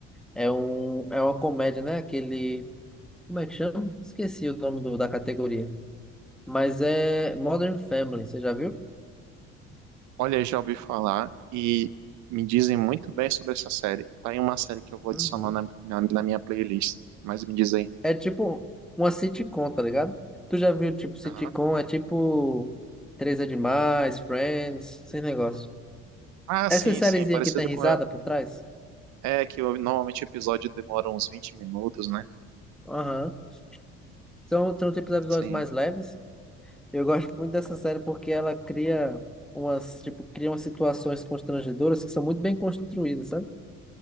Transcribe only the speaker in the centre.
É, um, é uma comédia, né? Aquele. Como é que chama? Esqueci o nome do- da categoria. Mas é Modern Family, você já viu?
Uhum.
É tipo uma sitcom, tá ligado? Tu já viu, tipo, sitcom?
É tipo Três é Demais, Friends, esse negócio.
Essa
sériezinha
que tem risada
por trás?
Aham. São, são tipos de episódios
mais leves. Eu gosto muito dessa série porque ela cria umas, tipo, cria umas situações constrangedoras que são muito bem construídas, sabe?